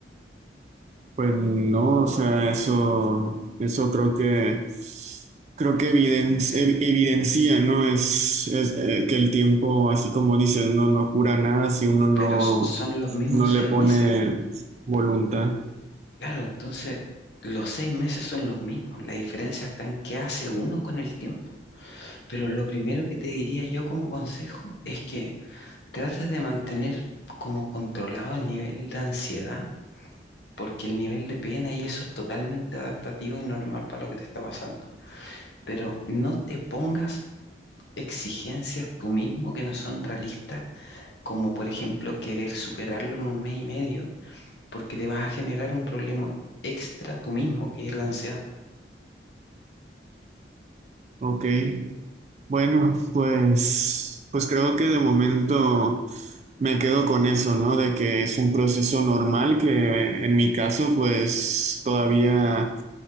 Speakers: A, on the right (about 40°); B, on the left (about 70°).
A: Pues no, o sea, eso, eso creo que, creo que eviden- ev- evidencia, ¿no? Es, es eh, que el tiempo, así como dices, no, no cura nada si uno no,
B: Pero s- son los mismos
A: no le
B: seis
A: pone
B: meses.
A: voluntad.
B: Claro, entonces los seis meses son los mismos. La diferencia está en qué hace uno con el tiempo. Pero lo primero que te diría yo como consejo es que trates de mantener como controlado el nivel de ansiedad, porque el nivel de pena y eso es totalmente adaptativo y normal para lo que te está pasando. Pero no te pongas exigencias tú mismo que no son realistas, como por ejemplo querer superarlo en un mes y medio, porque te vas a generar un problema extra tú mismo, que es la ansiedad.
A: Ok, bueno, pues, pues creo que de momento me quedo con eso, ¿no? De que es un proceso normal que en mi caso, pues todavía,